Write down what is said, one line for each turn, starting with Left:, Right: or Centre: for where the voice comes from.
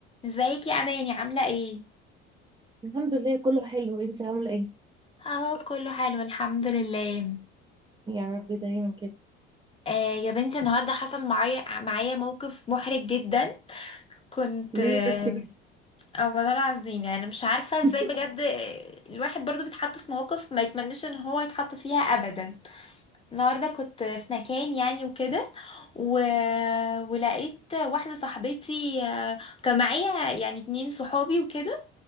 Left: ازيك يا اماني عامله ايه
Right: الحمد لله كله حلو انت عامله ايه
Left: اهو كله حلو الحمد لله
Right: يا رب دايما كده
Left: آه يا بنتي النهارده حصل معايا معايا موقف محرج جدا كنت
Right: ليه
Left: آه
Right: بس كده
Left: آه، والله العظيم يعني مش عارفه
Right: <laughs>
Left: ازاي بجد آه، الواحد برضو بيتحط في مواقف ما يتمناش ان هو يتحط فيها ابدا النهارده كنت في مكان يعني وكده و... ولقيت واحده صاحبتي آه، كان معايا يعني اتنين صحابي وكده